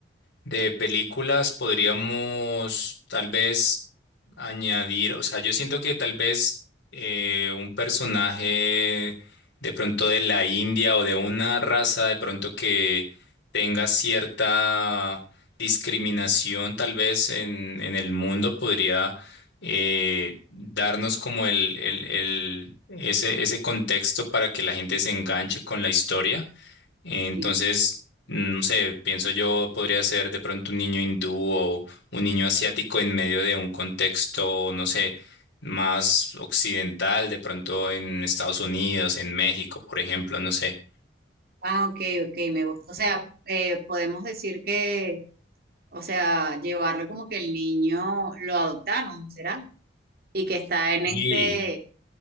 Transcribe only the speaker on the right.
Sí.
Ah, ok, ok, me gusta. O sea, eh, podemos decir que, o sea, llevarlo como que el niño lo adoptaron, ¿será? y que está en
este,